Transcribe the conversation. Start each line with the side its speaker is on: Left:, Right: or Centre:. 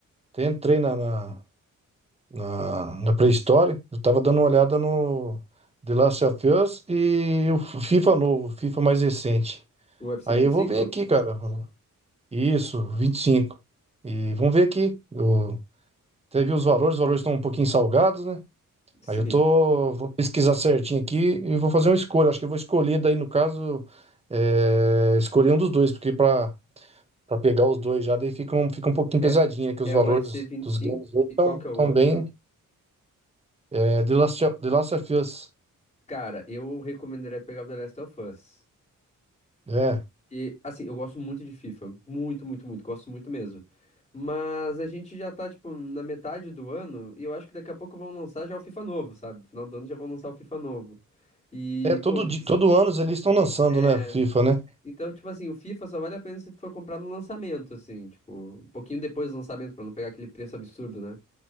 Right: até Entrei na, na- na, na pré-história. Eu tava dando uma olhada no The Last of Us e o FIFA novo, o FIFA mais recente.
Left: O U F C
Right: Aí
Left: vinte
Right: eu
Left: e
Right: vou
Left: cinco?
Right: ver aqui, cara. Isso, vinte E cinco e vamos ver aqui. Eu até vi os valores, os valores estão um pouquinho salgados, né?
Left: Sim.
Right: Aí eu tô, vou pesquisar certinho aqui e vou fazer uma escolha. Acho que eu vou escolher daí, no caso, é, escolher um dos dois, porque para para pegar os dois já, daí fica um, fica um pouquinho
Left: É,
Right: pesadinho, né? Que
Left: é
Right: os valores
Left: o UFC 25
Right: dos games hoje
Left: e
Right: estão
Left: cinco e qual que
Right: tão
Left: é o
Right: tão
Left: outro?
Right: bem É, The Last of, The Last of Us.
Left: Cara, eu recomendaria pegar o The Last of Us.
Right: É.
Left: E, assim, eu gosto muito de FIFA. Muito, muito, muito. Gosto muito mesmo. Mas a gente já tá, tipo, na metade do ano e eu acho que daqui a pouco vão lançar já o FIFA novo, sabe? Final do ano já vão lançar o FIFA novo. E,
Right: É, todo,
Left: pô,
Right: di- todo ano eles estão lançando,
Left: é.
Right: né? FIFA, né?
Left: Então, tipo assim, o FIFA só vale a pena se tu for comprar no lançamento, assim, tipo, um pouquinho depois do lançamento, pra não pegar aquele preço absurdo, né?